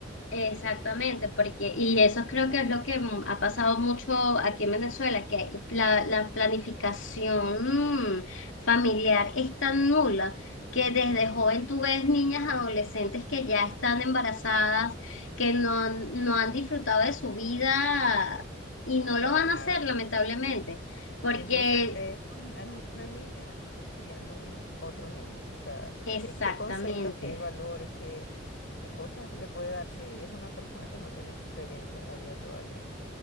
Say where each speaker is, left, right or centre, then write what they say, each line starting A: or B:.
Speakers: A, on the left; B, on the left.
A: Exactamente, porque, y eso creo que es lo que m- ha pasado mucho aquí en Venezuela, que hay- la, la planificación mm, familiar es tan nula que desde
B: Claro.
A: joven tú ves niñas adolescentes que ya están embarazadas, que no han, no han disfrutado de su vida y no lo
B: Para
A: van
B: nada.
A: a hacer, lamentablemente, porque
B: Y entonces es una, una niña criando un otro niño. O sea,
A: exactamente.
B: ¿qué, qué conceptos, qué valores, qué, qué cosas le puede dar si es una persona que no tiene experiencia en la vida todavía?